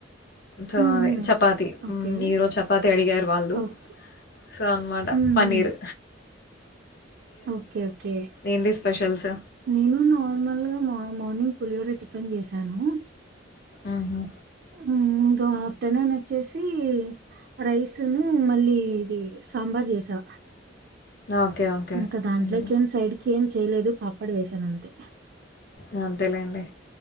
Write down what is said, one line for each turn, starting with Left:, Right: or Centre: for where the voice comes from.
Left: సో
Right: హ్మ్.
Left: అదే
Right: హ్మ్.
Left: చపాతి
Right: ఓకే.
Left: ఉమ్ ఈరోజు చపాతి అడిగారు వాళ్ళు
Right: ఓక్
Left: సో అన్నమాట
Right: హ్మ్.
Left: పన్నీరు
Right: హ్మ్. ఓకే ఓకే
Left: ఏంటి స్పెషల్స్
Right: నేను నార్మల్ గా మార్నింగ్ పులిహోరా టిఫిన్ చేశాను
Left: ఉహూ
Right: ఉ గ పట్టన న వచ్చేసి రైస్ ను మళ్ళీ ఇది సాంబార్ చేసా
Left: ఓకే ఓకే
Right: ఇంకా దాంట్లోకి
Left: మ్మ్.
Right: ఏం సైడ్ క ఏం చేయలేదు పాపడ్ వేసానంతే
Left: అ అంతేలేండి